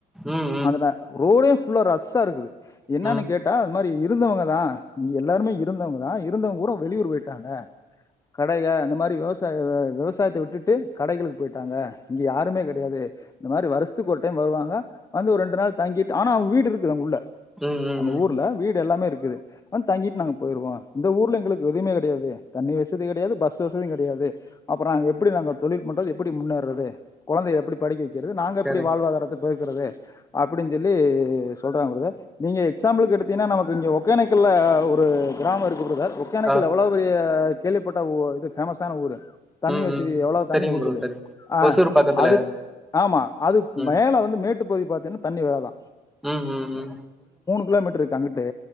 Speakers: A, in the centre; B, on the left.
A: ம்
B: அதுல ரோடே ஃப் ஃபுல்லா ரஸ்ஸா இருக்குது என்னான்னு
A: ம்
B: கேட்டா இது மாரி இ இருந்தவங்க தா இங்க எல்லாருமே இருந்தவங்க தா இருந்தவங்க பூரா வெளியூரு போயிட்டாங்க கடைக இந்த மாரி விவசாய வ விவசாயத்த விட்டுட்டு கடைகளுக்கு போயிட்டாங்க இங்க யாருமே கடையாது இந்த மாரி வருஷத்துக்கொரு டைம் வருவாங்க வந்து ஒரு ரெண்டு நாள் தங்கிட்டு ஆனா அவுங்க வீடு இருக்குது அங்குள்ள
A: ம் ம்
B: அந்த
A: ம்
B: ஊர்ல வீடு எல்லாமே இருக்குது வந்து தங்கிட்டு நாங்க போயிருவோ இந்த ஊர்ல எங்களுக்கு எதுமே கெடையாது தண்ணி வசதி கடையாது பஸ் வசதியுங் கடையாது அப்றோ நாங்க எப்டி நாங்க தொழில் பண்றது எப்டி முன்னேற்றது கொழந்தைய எப்டி படிக்க வெக் கிறது நாங்க எப்பிடி
A: கரெக்ட்
B: வாழ்வாதாரத்த உயத்துறது அப்படின்னு சொல்லி சொல்றாங்க பிரதர் நீங்க எக்ஸாம்பிள்க்கு எடுத்தீங்னா நமக்கிங்க ஒகேனக்கல்ல ஒரு கிராமோ இருக் கு பிரதர் ஒகோனக்கல்
A: ஆ
B: எவ்வளோ பெரிய கேள்விப்பட்டா உ இது ஃபேமஸான ஊரு தண்ணி
A: ம்
B: வசதி
A: ம்
B: எவ்வளோ தண்ணி
A: தெரியும்
B: கொட்டுது
A: ப்ரோ தெரியும்
B: அ
A: ஒசூர் பக்கத்துல
B: அதுக் ஆமா அது
A: ம்
B: மேல வந்து மேட்டு போய் பாத்தீங்னா தண்ணி வராதா
A: ம் ம் ம்
B: கிலோமீட்டருக்கு அங்குட் டு